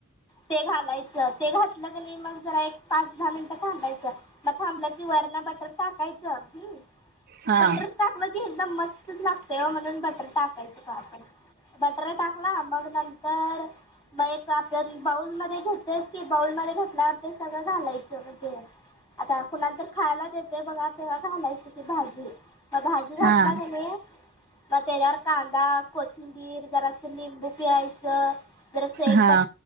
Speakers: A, on the left; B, on the right.
A: ते घालायचं ते घातलं गरी मग जरा एक पाच दहा मिनटं घालायचं मग थांबल की वरन बटर टाकायचं ह
B: हा
A: बटर टा मग ती एकदम मस्तच लागतेय म्हणून बटर टाकायचं का आपण बटर टाकला मग नंतर म एक तरी बाऊल मध्ये घेते की बाऊल मध्ये घेतल्यावर ते सगळं घालायचं म्हणजे आता कुणाला तर खायला देते बघा तेव्हा घालायची ती भाजी म भाजी घातला
B: हा
A: का नाही मग त्याच्यावर कांदा कोथिंबीर जरास लिंबू पिळायचं जर असं एक
B: हा
A: बट